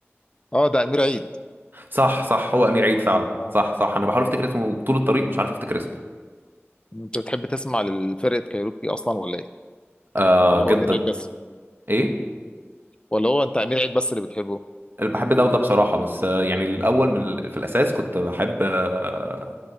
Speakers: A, on the left; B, on the right.
A: اه ده امير عيد
B: صح صح هو أمير عيد فعلا
A: اه
B: صح صح أنا بحاول
A: اه
B: أفتكر اسمه طول الطريق مش عارف أفتكر اسمه
A: انت بتحب تسمع للفرقه كايروكي اصلا ولا ايه
B: آه
A: ولا
B: جدا
A: هو امير عيد بس
B: إيه
A: ولا هو انت امير عيد بس اللي بتحبه
B: اللي بحب ده وده بصراحة بس آه يعني الأول من ال- في الأساس كنت بحب آه